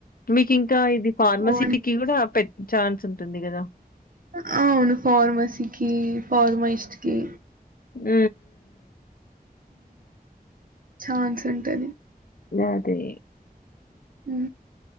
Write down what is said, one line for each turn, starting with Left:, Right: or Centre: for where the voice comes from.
Left: మీకు ఇంకా ఇది ఫార్మసీకి
Right: ఓన్
Left: కూడా పెట్ట ఛాన్స్ ఉంటుంది కదా
Right: అ అవును ఫార్మ సికి ఫార్మా ఇష్టకి
Left: ఉ
Right: ఛాన్స్ ఉంటది
Left: అదే
Right: హ